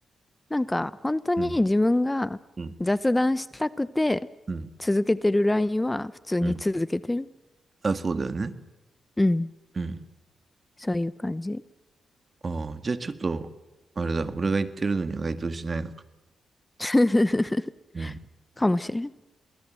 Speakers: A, on the left; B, on the right.
A: なんか本当に自分が雑談したくて
B: うん、うん、うん、
A: 続けてるラインは普通に続けてる。
B: うん。あ、そうだよね。
A: うん。
B: うん。
A: そういう感じ。
B: ああ、じゃあちょっと、あれだ、俺が言ってるのには該当しないのか。
A: <laughs>
B: うん、
A: かもしれん。